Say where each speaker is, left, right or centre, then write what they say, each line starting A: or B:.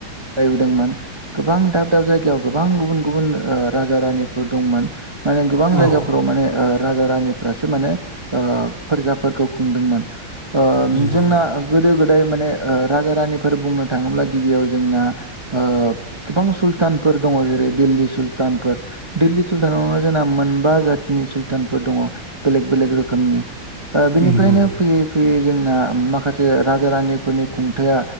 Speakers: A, on the right; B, on the right.
A: <unintelligible> दोंमोन गोबां दाब दाब जायगायाव गोबां गुबुन गुबुन ओ राजा रानिफोर दंमोन। माने गोबां
B: औ
A: जायगाफोराव माने ओ राजा रानिफ्रासो माने ओ फोरजाफोरखौ खुंदोंमोन ओ
B: नंगौ
A: जोंना गोदो गोदाय माने ओ राजा रानि फोर बुंनो थाङोब्ला गिबियाव जोंना ओ गोबां सुल्तानफोर दङ जेरै- दिल्ली सुलतानफोर दिल्ली सुल्तानावनो जोंना मोनबा जातिनि सुलतानफोर दङ बेलेग बेलेग रोखोमनि ओ बिनिफ्रायनो
B: नंगौ
A: फैयै फैयै जोंना माखासे राजा रानिफोरनि खुंथाया